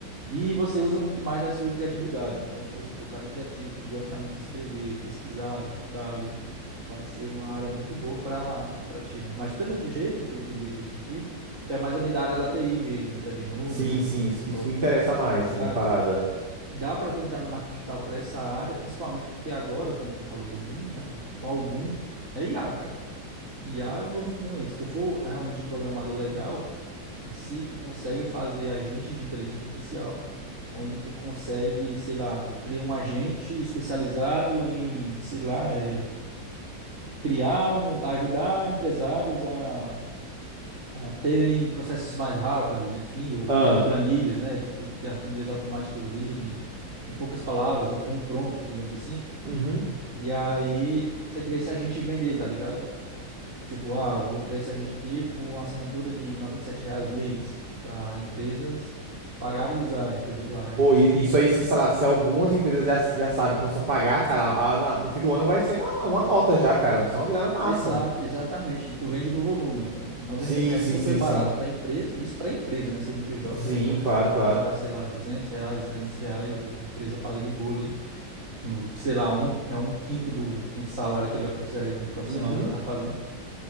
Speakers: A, on the right (about 40°); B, on the right (about 60°).
A: E você usa muito mais da sua criatividade. Então, se você for um cara criativo, que gosta realmente de escrever, pesquisar, estudar ali, vai ser uma área muito boa para para ti, né? Mas pelo jeito que eu entendi do- de ti, até mais ali da área da TI mesmo, né? Tá de números,
B: sim,
A: enfim,
B: sim. Isso
A: de códigos.
B: isso que me interessa mais,
A: Cara,
B: a minha parada.
A: dá para tu entrar no marketing digital por essa área, principalmente porque agora, como tu falou do boom, né? Qual o boom? É IA, cara. IA é o novo boom aí. Se tu for realmente um programador legal, em si, tu consegue fazer agentes de inteligência artificial, onde tu consegue, sei lá, tu cria um agente especializado em, sei lá, é, criar um, ajudar empresários a, a terem processos mais rápidos, enfim, ou
B: Ah,
A: criar planilhas, né? Tipo, criar planilhas automáticas ali em, em poucas palavras, ou com um prompt, digamos assim.
B: uhum.
A: E aí tu consegue criar esse agente e vender, tá ligado? Tipo, ah, eu vou criar esse agente aqui por uma assinatura de 97 reais mês para empresas pagarem e usarem, entendeu? Ah, essa
B: Pô,
A: assinatura.
B: e isso aí, se, sei lá, se algumas empresas já, já sabem começar a pagar, cara, a- na- no fim do ano vai ser uma, uma nota já, cara. Vai ser uma grana massa.
A: Exato, exatamente. E tu vende no volume, né? Então, R$ noventa
B: Sim,
A: e sete reais
B: sim,
A: é super
B: sim,
A: barato
B: sim.
A: para empresa, isso para empresa, né? CNPJ,
B: Sim,
A: então
B: claro,
A: você pode
B: claro.
A: comprar, sei lá, 200 reais, 300 reais, e a empresa paga de boa ali. Sei lá, um, é um quinto do, do salário que ela precisaria de um profissional
B: Uhum.
A: para estar fazendo.